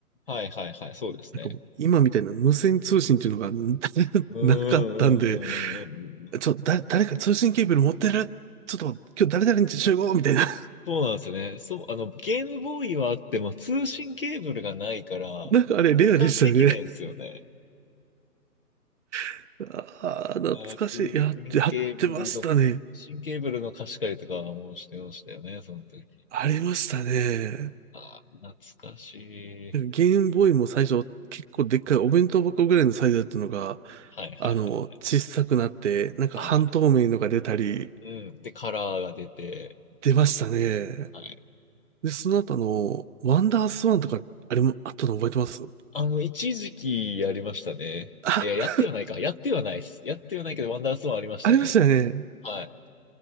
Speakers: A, on the left; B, on the right.
A: はいはいはい。そうですね。
B: なんかもう今みたいな無線通信っていうのが <laughs>
A: うんう
B: なかったんで、
A: んうんうんうんうん。
B: ちょ、だ、誰か通信ケーブル持ってるちょっと今日誰々に集合みたいな。
A: そうなんですよね。そう、あの、ゲームボーイはあっても通信ケーブルがないから、
B: <laughs> なんかあれレアでしたよね。
A: 交換できないんですよね。
B: <laughs> ああ、懐かしい。
A: あー、通信ケーブルの、
B: やって、やってましたね。
A: 通信ケーブルの貸し借りとかもしてましたよね、その時。
B: ありましたね。
A: ああ、懐かし
B: ゲームボーイも最初結構でっかいお弁当箱ぐらいのサイズだったのが、
A: い。はいはいはい。
B: あの、小さくなって、なんか半透明のが出たり、
A: はいうん。で、カラーが出て、
B: 出ましたね。
A: はい。
B: で、その後あの、ワンダースワンとか、あれもあったの覚えてます
A: あの、一時期やりましたね。
B: あ、
A: いや、やってはないか。やってはないです。やってはないけど、ワンダーストーンありましたね。
B: ありましたよね。
A: はい。